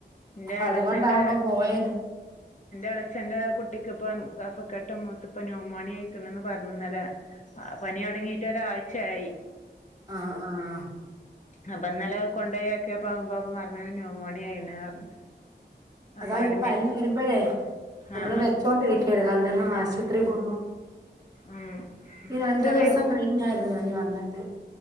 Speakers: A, on the left; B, on the right.
A: എന്റെ
B: അതുകൊണ്ടാ
A: ഇളച്ചന്റെ
B: അങ്ങ് പോയത്
A: ഇളച്ചന്റെ കുട്ടി ഇന്ക് ഇപ്പം കഫക്കെട്ടും മൊത്ത പനിയും ന്യൂമോണിയ അയ്ക്ക്ണ്ന്ന് പറഞ് ഇന്നലെ ആ പനി തുടങ്ങീട്ട് ഒരാഴ്ച്ചയായി ചായി
B: ആ ആ
A: അപ്പൊ ഇന്നലെ കൊണ്ടേയ് നോക്കിയപ്പോ ഇപ്പ പറഞ്ഞത് ന്യൂമോണിയ ആയ്ണ്ന്ന് പറഞ്ഞു
B: അതാ
A: അപ്പം അഡ്മിറ്റ്
B: ഈ പനി വരുമ്പോഴേ നമ്മള്
A: ആ
B: വെച്ചോണ്ടിരിക്കും ക്കരുത് അന്നേരം നമ്മൾ ആശുപത്രി പോ
A: മ്
B: രണ്ടു
A: ചെറിയ
B: ദിവസം കഴിഞ്ഞായിരുന്നു പനി വന്നിട്ട്